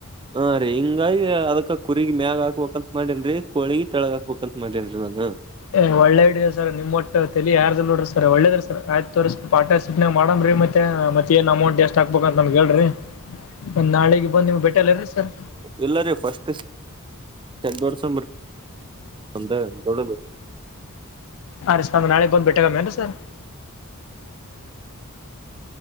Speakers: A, on the right; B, on the left.
A: ಹಾರಿ ಹಿಂಗಾಗಿ ಅದಕ ಕುರಿಗಿ ಮ್ಯಾಗ ಹಾಕ್ಬೇಕಂತ ಮಾಡೇನ್ರಿ ಕೋಳಗಿ ತೆಳಗ್ ಹಾಕ್ಬೇಕಂತ ಮಾಡೇನ್ರಿ ನಾನು.
B: ಎ ಒಳ್ಳೆ ಐಡಿಯಾ ಸರ್ ನಿಮ್ಮ ಒಟ್ಟ ತಲಿ ಯಾರ್ದ ಇಲ್ಲ ನೋಡ್ರ ಸರ್ ಒಳ್ಳೇದ ಸರ್ ಆಯ್ತ ತೋರೀ ಸರ್ ಪಟ ಚಟ್ನಾಗ್ ಮಾಡನ್ರೀ ಮತ್ತೆ ಮತ್ತೆ ಏನ್ ಅಮೌಂಟ್ ಎಷ್ಟ ಹಾಕ್ಬಬೇಕ ಅಂತ ನಮ್ಗ ಹೇಳ್ರಿ. ಒಂದ ನಾಳಿಗ ಬಂದ ನಿಮ್ ಬೆಟೆಲ್ಲರೀ ಸರ್.
A: ಎಲ್ಲರಿ ಫಸ್ಟ್ ತೆಗ್ಗ ದೊಡ್ಸ ಒಂದ ದೊಡ್ಡದ
B: ಅ ರ ಸ ನಾಳೆಗ ಬಂದ ಬೆಟ್ಟಟಾಗಮ್ಮ ಏನ ಸರ್.